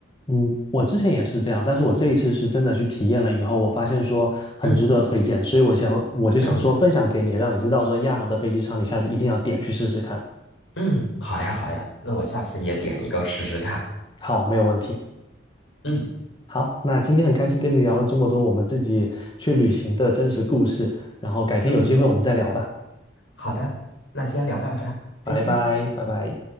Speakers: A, on the left; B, on the left.
A: 嗯，我之前也是这样，但是我这一次是真的去体验了以后，我发现说很值得推荐，
B: 嗯
A: 所以我想我就想说分享给你，
B: 嗯
A: 让你知道说亚航的飞机餐你下次一定要点去试试看。
B: 嗯，好呀好呀，那我下次也点一个试试看。
A: 好，没有问题。
B: 嗯
A: 好，那今天很开心跟你聊了这么多我们自己去旅行的真实故事，然后改天有机会我们再聊吧，
B: 嗯，好的，那今天聊到这儿，再见。
A: 拜拜，拜拜。